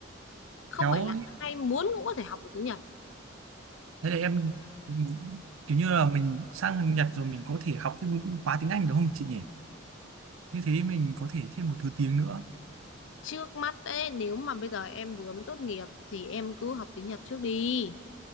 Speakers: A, on the left; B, on the right.
A: không
B: kéo
A: phải là ai muốn cũng có thể học được tiếng Nhật
B: thế là em kiểu như là mình sang Nhật rồi mình có thể học thêm những khóa tiếng Anh được không chị nhỉ như thế mình có thể thêm một thứ tiếng nữa
A: trước mắt ấy nếu mà bây giờ em vừa mới tốt nghiệp thì em cứ học tiếng Nhật trước đi